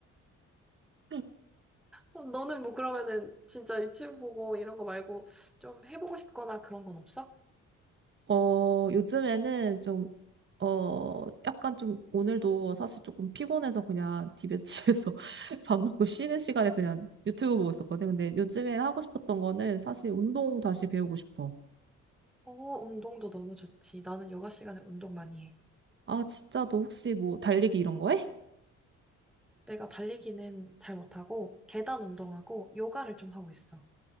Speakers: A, on the right; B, in the centre.
A: <laughs>
B: 어, 너는 뭐 그러면은 진짜 유튜브 보고 이런 거 말고 좀 해보고 싶거나 그런 건 없어?
A: 어, 요즘에는 좀 어, 약간 좀 오늘도 사실 조금 피곤해서 그냥 집에, <laughs> 집에서 밥 먹고 쉬는 시간에 그냥 유튜브 보고 있었거든. 근데 요즘에 하고 싶었던 거는 사실 운동 다시 배우고 싶어.
B: 어, 운동도 너무 좋지. 나는 요가 시간에 운동 많이 해.
A: 아, 진짜 너 혹시 뭐 달리기 이런 거 해?
B: 내가 달리기는 잘 못하고, 계단 운동하고, 요가를 좀 하고 있어.